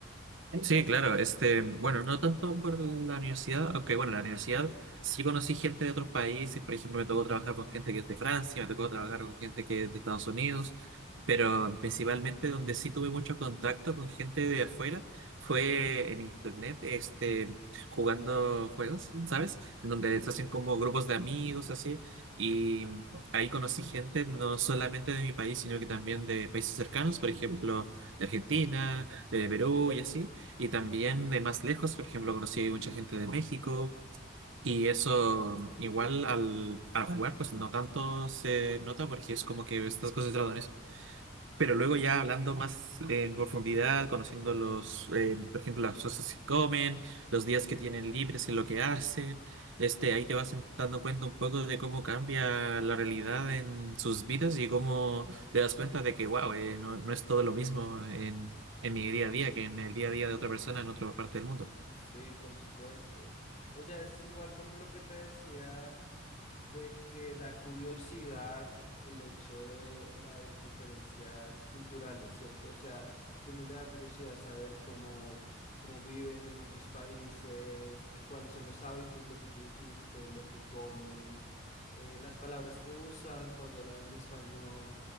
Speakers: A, on the right (about 70°); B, on the left (about 35°).
A: Sí, claro, este, bueno, no tanto por la universidad, aunque bueno, la universidad sí conocí gente de otros países, por ejemplo, me tocó trabajar con gente que es de Francia, me tocó trabajar con gente que es de Estados Unidos, pero principalmente donde sí tuve mucho contacto con gente de afuera fue en internet, este, jugando juegos, ¿sabes? En donde se hacen como grupos de amigos, así, y ahí conocí gente no solamente de mi país, sino que también de países cercanos, por ejemplo, de Argentina de Perú y así. Y también de más lejos, por ejemplo, conocí mucha gente de México y eso igual al, al jugar, pues no tanto se nota porque es como que estás concentrado en eso. Pero luego ya hablando más eh, en profundidad, conociendo los, eh, por ejemplo, las cosas que comen, los días que tienen libres y lo que hacen, este, ahí te vas en- dando cuenta un poco de cómo cambia la realidad en sus vidas y cómo te das cuenta de que, wow, no, no es todo lo mismo en, en mi día a día que en el día a día de otra persona en otra parte del mundo.
B: Sí, por supuesto. O sea, es igual como lo que te decía de que da curiosidad el hecho de las diferencias culturales, ¿cierto? O sea, que uno le da curiosidad saber cómo, cómo viven en otros países, qué- cuáles son los hábitos, lo que tú dijiste, lo que comen, eh, las palabras que usan cuando hablan en español.